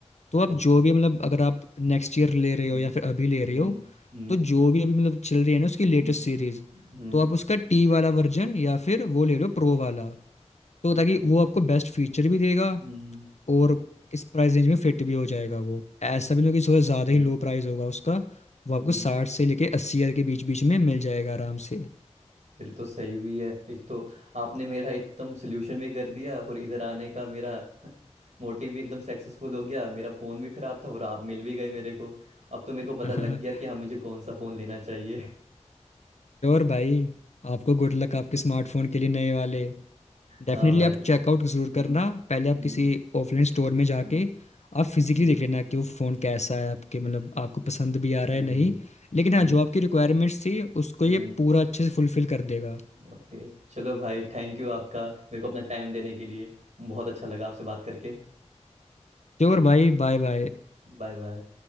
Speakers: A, on the left; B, on the right.
A: तो आप
B: ओके
A: जो भी मतलब अगर आप नेक्स्ट ईयर ले
B: हम्म
A: रहे हो या फिर अभी ले रहे
B: हम्म
A: हो
B: हम्म
A: तो जो भी अभी मतलब चल रही है ना उसकी लेटेस्ट
B: हम्म
A: सीरीज
B: हम्म
A: तो आप उसका टी वाला वर्जन या फिर वो ले लो प्रो वाला तो
B: ओके
A: ताकि वो आपको बेस्ट फीचर भी देगा
B: हम्म
A: और इस प्राइस रेंज में फिट भी हो जाएगा वो ऐसा भी नहीं होगा कि थोड़ा ज़्यादा
B: हम्म
A: ही लो प्राइस होगा उसका वो आपको
B: हम्म
A: साठ से लेके अस्सी हज़ार के बीच बीच में मिल जाएगा आराम से
B: फिर तो सही भी है एक तो आपने मेरा एकदम सोल्यूशन भी कर दिया और इधर आने का मेरा <laughs> मोटिव भी एकदम सक्सेसफुल हो गया मेरा फ़ोन भी ख़राब था और आप मिल भी गए मेरे को अब तो मेरे को पता
A: <laughs>
B: लग गया कि हाँ मुझे कौन सा फ़ोन लेना चाहिए <laughs>
A: श्योर भाई आपको गुड लक आपके स्मार्टफोन के लिए नए वाले
B: हाँ
A: डेफिनेटली
B: भाई
A: आप चेकआउट ज़रूर
B: हम्म
A: करना पहले आप
B: हम्म
A: किसी ऑफलाइन स्टोर में
B: हम्म
A: जाके आप फिजिकली
B: हम्म,
A: देख लेना कि वो फ़ोन कैसा है आपके मतलब आपको पसंद भी आ रहा
B: जरूर
A: है नहीं लेकिन हाँ
B: हम्म
A: जो आपकी रिक्वायरमेंट्स थी उसको
B: हम्म
A: ये पूरा अच्छे से फुलफिल कर देगा
B: ओके चलो भाई थैंक यू आपका मेरे को अपना टाइम देने के लिए बहुत अच्छा लगा आपसे बात करके
A: श्योर भाई बाय बाय
B: Bye bye